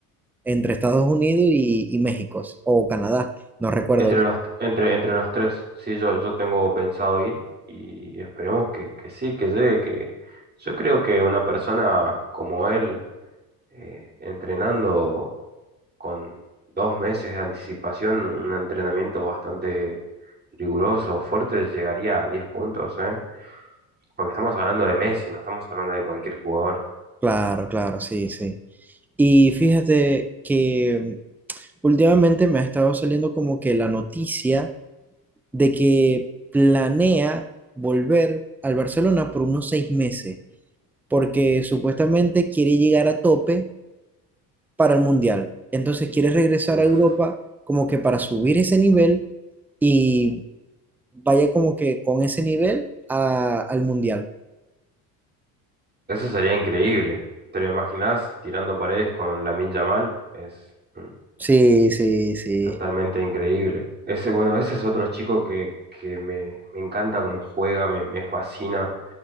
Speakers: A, in the centre; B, on the right.
A: entre Estados Unidos y, y México o Canadá, no recuerdo.
B: Entre los, entre, entre los tres, sí, yo, yo tengo pensado ir y esperemos que, que sí, que llegue, que yo creo que una persona como él, eh, entrenando con dos meses de anticipación, un entrenamiento bastante riguroso, fuerte, llegaría a 10 puntos, ¿eh? Porque estamos hablando de Messi, no estamos hablando de cualquier jugador.
A: Claro, claro, sí, sí. Y fíjate que Últimamente me ha estado saliendo como que la noticia de que planea volver al Barcelona por unos seis meses, porque supuestamente quiere llegar a tope para el Mundial. Entonces quiere regresar
B: Uf.
A: a Europa como que para subir ese nivel y vaya como que con ese nivel a- al Mundial.
B: Eso sería increíble. ¿Te lo imaginas tirando paredes con Lamine Yamal? Es mm,
A: Sí, sí, sí.
B: totalmente increíble. Ese, bueno, ese es otro chico que, que me, me encanta cómo juega, me, me fascina.